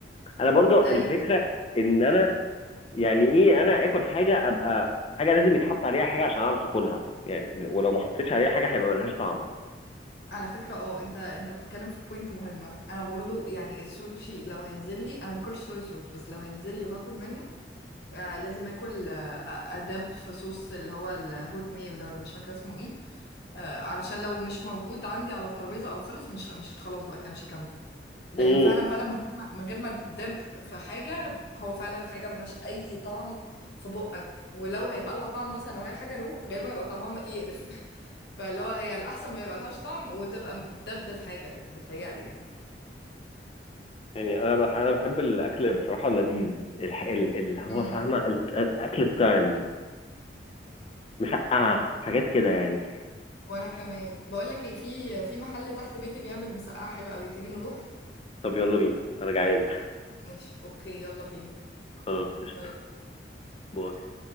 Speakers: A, on the left; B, on the left.
A: انا برضو الفكره
B: ايوه
A: ان انا يعني ايه انا اكل حاجه ابقى حاجه لازم يتحط عليها حاجه عشان اعرف اكلها يعني ولو ما حطيتش عليها حاجه هيبقى ملهاش طعم
B: على فكرة اه انت انت بتتكلم في بوينت مهمة انا برضو يعني السوشي لو هينزل لي انا ما باكلش صويا صوص بس لو هينزل لي وهاكل منه آه لازم اكل آه آه، اداب في صوص اللي هو الهوت مايو ده ولا مش فاكره اسمه ايه آه علشان لو مش موجود عندي على الترابيزه او خلص مش مش خلاص بقى كده مش هكمل لانه
A: امم
B: فعلا فعلا من غير ما من غير ما تدب في حاجه هو فعلا حاجه ملهاش اي طعم في بقك ولو هيبقى لها طعم مثلا لو هي حاجه رو غالبا هيبقى طعمها يقرف <laughs> فاللي هو هي الاحسن ما يبقى لهاش طعم وتبقى دبده في حاجه بتهيألي يعني
A: يعني انا بح انا بحب الاكل بصراحه اللذيذ الح... ال- اللي هو
B: مم.
A: فاهمه الت- اكل التايم مسقعة حاجات كده يعني
B: وانا كمان بقول لك ايه في في محل تحت بيتي بيعمل مسقعه حلوه قوي تيجي نروح
A: طب يلا بينا انا جعان <laughs>
B: ماشي اوكي يلا بينا
A: خلاص قشطة
B: باي
A: باي